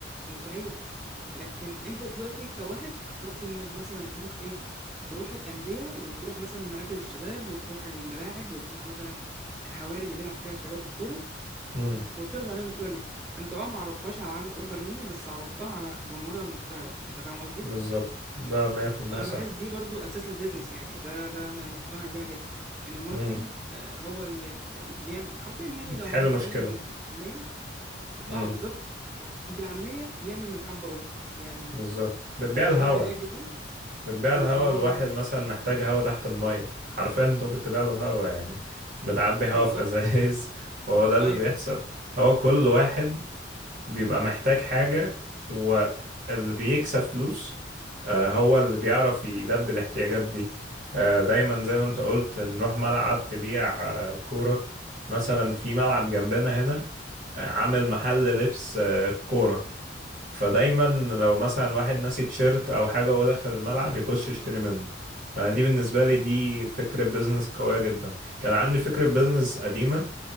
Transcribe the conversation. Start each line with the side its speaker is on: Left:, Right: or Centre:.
Centre: مستحيل لكن انت دلوقتي كواحد قررت انك مثلا تروح ايه تروح الانديه وتروح مثلا مراكز الشباب وتروح الملاعب وتروح مثلا الحواري اللي بيلعب فيها شباب الكوره
Right: امم
Centre: وتعرض عليهم الكوره دي انت اه ما عرضتهاش على عدد اكبر مني بس عرضتها على جمهورها المستهدف انت فاهم قصدي
Right: بالظبط ده 100%
Centre: فانا
Right: صح
Centre: بحس دي برضو اساس البيزنس يعني ده ده انا مقتنع بيها جدا ان الماركتينج
Right: امم
Centre: آه، هو اللي اللي بيعمل حرفيا يعني
Right: بتحل
Centre: لو هنتكلم
Right: مشكلة
Centre: بالعاميه
Right: امم
Centre: اه بالظبط بالعاميه بيعمل من الحبه قبه يعني
Right: بالظبط بتبيع
Centre: تبقى
Right: الهوا
Centre: حاجة عادية جدا
Right: بتبيع
Centre: بالظبط
Right: الهوا الواحد مثلا محتاج هوا تحت المية حرفيا انت ممكن تبيع له هوا يعني بتعبي هوا
Centre: بالظبط
Right: في ازايز <laughs> وهو ده اللي
Centre: ايوه
Right: بيحصل هو كل واحد بيبقى محتاج حاجة واللي بيكسب فلوس آه، هو اللي بيعرف يلبي الاحتياجات دي آه، دايما زي ما انت قلت نروح ملعب تبيع آه، كورة مثلا في ملعب جنبنا هنا آه، عامل محل لبس آه، كورة فدايما لو مثلا واحد ناسي تيشيرت او حاجه وهو داخل الملعب يخش يشتري منه فانا دي بالنسبه لي دي فكره بيزنس قويه جدا كان عندي فكره بيزنس قديمه